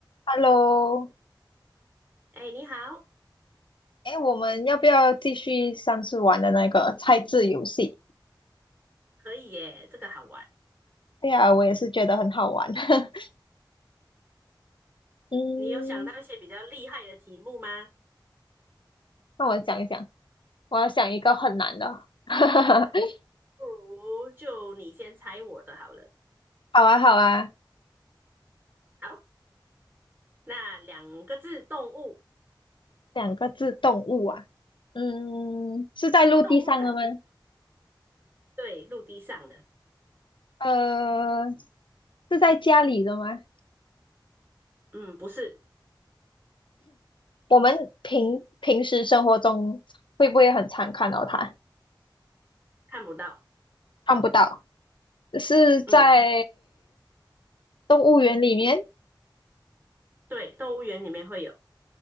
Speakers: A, on the left; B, on the right.
A: Hello，
B: 哎，你好，
A: 哎，我们要不要继续上次玩的那个猜字游戏？
B: 可以耶，这个好玩。
A: 对呀，我也是觉得很好玩。<laughs> 嗯，
B: 你有想到一些比较厉害的题目吗？
A: 那我想一想，我要想一个很难的。<laughs>
B: 不如就你先猜我的好了。
A: 好啊，好啊，
B: 好，那两个字，动物，
A: 两个字动物啊。嗯，是在陆地上的吗？
B: 动物感觉对，陆地上的，
A: 呃，是在家里的吗？
B: 嗯，不是，
A: 我们平平时生活中会不会很常看到它？
B: 看不到，
A: 看不到，是在
B: 嗯，
A: 动物园里面。
B: 对，动物园里面会有